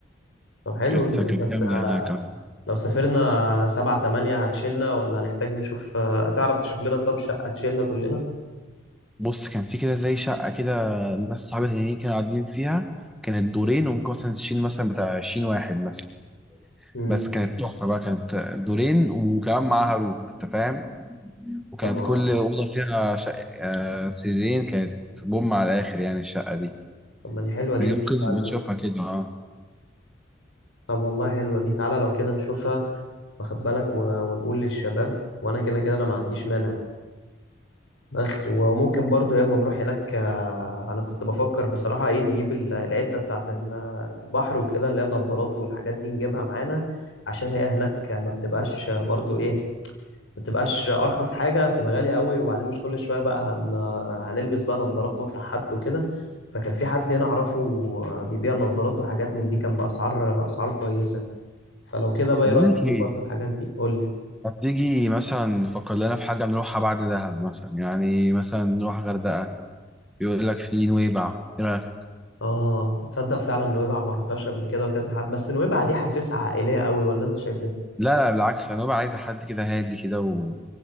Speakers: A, on the left; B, in the centre.
A: طب حلو
B: كانت كانت
A: بس
B: جامده
A: آه،
B: هناك اه.
A: لو سافرنا سبعة تمانية هتشيلنا ولا هنحتاج نشوف آه، تعرف تشوف لنا طب شقة تشيلنا كلنا
B: بص كان في كده زي شقه كده ناس صحابي تانيين كانوا قاعدين فيها كانت دورين وممكن مثلا تشيل مثلا بتاع 20 واحد مثلا
A: امم
B: بس كانت تحفة بقى كانت دورين وكمان معاها روف انت فاهم وكانت
A: طب آه،
B: كل أوضة فيها شق... آه سريرين كانت بوم على الآخر يعني الشقة دي
A: طب ما دي حلوة دي
B: دي
A: ما
B: ممكن
A: نشوفها
B: نبقى
A: لنا
B: نشوفها كده اه
A: طب والله حلوة دي تعالى لو كده نشوفها واخد بالك و... ونقول للشباب وانا كده كده انا ما عنديش مانع بس وممكن برضو ياما نروح هناك آه، انا كنت بفكر بصراحة ايه نجيب ال- العدة بتاعت ال- البحر وكده اللي هي النضارات والحاجات دي نجيبها معانا عشان هي هناك ما بتبقاش برضو ايه ما تبقاش ارخص حاجه بتبقى غاليه قوي وبعدين مش كل شويه بقى هن... هنلبس بقى نظارات مطرح حد وكده فكان في حد هنا اعرفه بيبيع نظارات وحاجات من دي كان باسعار اسعار كويسه فلو كده بقى
B: طب
A: ايه
B: بقول
A: رايك
B: لك
A: تجيب
B: ايه
A: برضو الحاجات دي قول لي
B: ما تيجي مثلا نفكر لنا في حاجة نروحها بعد دهب مثلا يعني مثلا نروح غردقة بيقول لك في نويبع ايه رأيك
A: اه تصدق فعلا نويبع ما رحتهاش قبل كده وكذا حد بس نويبع دي حاسسها عائليه قوي ولا انت شايف ايه
B: لا لا بالعكس نويبع عايزة حد كده هادي كده و...